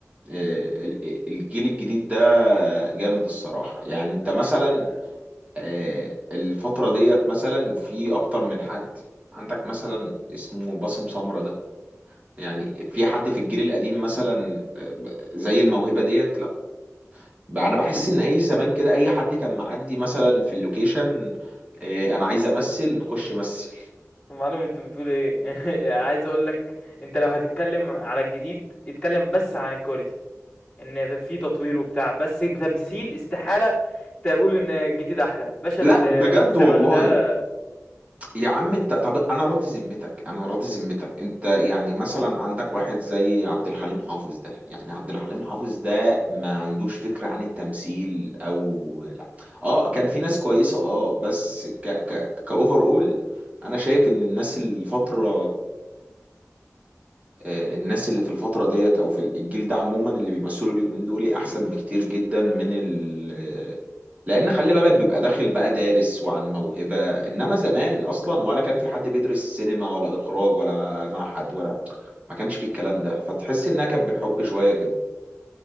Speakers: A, on the right (about 30°); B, on the left (about 20°).
A: آه، ال- الجيل الجديد ده جامد الصراحة يعني انت
B: أما...
A: مثلا آه، الفترة ديت مثلا في اكتر من حد عندك مثلا اسمه باسم سمرة ده يعني في حد في الجيل القديم مثلا آه، زي الموهبة ديت لا بقى انا بحس ان اي زمان كده اي حد كان معدي مثلا في اللوكيشن آه، انا عايز امثل خش مثل
B: معلم انت بتقول ايه <laughs> عايز اقول لك انت لو هتتكلم على الجديد اتكلم بس عن الكواليتي ان في تطوير وبتاع بس تمثيل استحاله تقول ان الجديد احلى باشا
A: لا بجد
B: الزمن
A: والله
B: ده
A: يا عم انت طب انا راضي ذمتك انا راضي ذمتك انت يعني مثلا عندك واحد زي عبد الحليم حافظ ده يعني عبد الحليم حافظ ده ما عندوش فكرة عن التمثيل او لا اه كان في ناس كويسة اه بس ك ك كاوفر اول انا شايف ان الناس الفترة آه، الناس اللي في الفترة ديت أو في الجيل ده عموما اللي بيمثلوا اليومين دول أحسن بكتير جدا من ال آه، لأن خلي بالك بيبقى داخل بقى دارس وعن موهبة إنما زمان أصلا ولا كان في حد بيدرس سينما ولا إخراج ولا معهد ولا ما كانش فيه الكلام ده فتحس إنها كانت بالحب شوية كده